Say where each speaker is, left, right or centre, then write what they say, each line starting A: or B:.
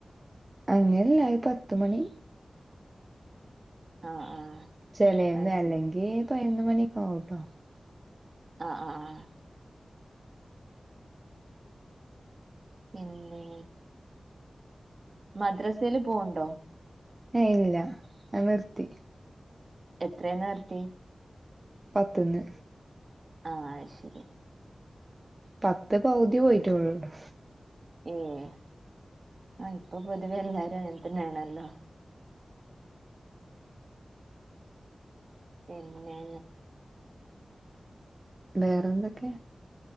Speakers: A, on the right (about 35°); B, on the right (about 55°).
A: അങ്ങനെയല്ല ഒര് പത്ത്മണി
B: ആഹ് ആഹ്
A: ചെലേന്ന്
B: അത്
A: അല്ലെങ്കി
B: ശരി
A: പതിനൊന്ന് മണി ഒക്കെ ആവുട്ടോ
B: ആഹ് ആഹ് പിന്നെയ് മദ്രസില് പോവുണ്ടോ
A: ഏയ് ഇല്ല അത് നിർത്തി
B: എത്രേന്ന നിർത്തി
A: പത്ത്ന്ന്
B: ആഹ് അയ് ശരി
A: പത്ത് പൗതി പോയിറ്റൊള്ളൂട്ടോ
B: എഹ് ആഹ് ഇപ്പൊ പൊതുവെ എല്ലാരും അങ്ങനത്തന്നെ ആണല്ലോ പിന്നെ
A: വേറെന്തൊക്കെ